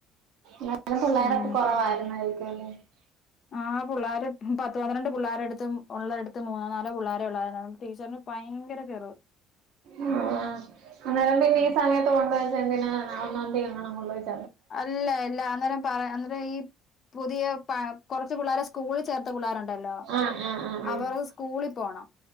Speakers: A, on the right; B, on the left.
A: ന്ന പിള്ളേരൊക്കെ
B: പിന്നെ
A: കുറവായിരുന്ന <unintelligible>
B: ആ പുള്ളാര്ക് പത്ത് പന്ത്രണ്ട് പുള്ളേരുടുത്തും ഉള്ള എടു ത്ത് മൂന്നോ നാലോ പുള്ളാരെയൊള്ളാരുന്നു ടീച്ചറിന് ഭയങ്കര കെർവ്
A: ആ അന്നേരം പിന്നെ ഈ സമയത്ത് കൊണ്ടച്ച എന്തിനാ നാളെ ഒന്നാന്തി <unintelligible>
B: അല്ല ഇല്ല അന്നേരം പറ അന്നത്‌ ഈ പുതിയ പ കുറച് പുള്ളേരെ സ്കൂളിൽ ചേർത്ത് പിള്ളേരുണ്ടല്ലോ
A: ആഹ് ആഹ് ആഹ് ആഹ്
B: അവർ സ്കൂളിൽ പോണം